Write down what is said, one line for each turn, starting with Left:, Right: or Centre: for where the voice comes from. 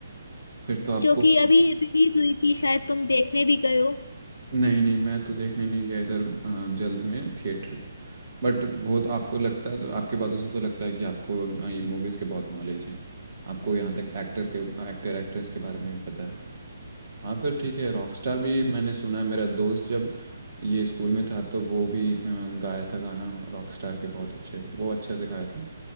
Right: फिर तो आपको
Left: जो कि अभी रिलीज हुई थी शायद तुम देखने भी गए हो
Right: नहीं नहीं मैं तो देखने नहीं गया इधर अ, जल्द में थिएटर बट वो तो आपको लगता है तो आपकी बातों से तो लगता है कि आपको ना ये मूवीज़ के बहुत नॉलेज हैं आपको यहाँ तक एक्टर के एक्टर एक्ट्रेस के बारे में भी पता है हाँ फिर ठीक है रॉकस्टार भी मैंने सुना है मेरा दोस्त जब ये स्कूल में था तो वो भी अ, गाया था गाना रॉकस्टार के बहुत अच्छे वो अच्छे से गाया था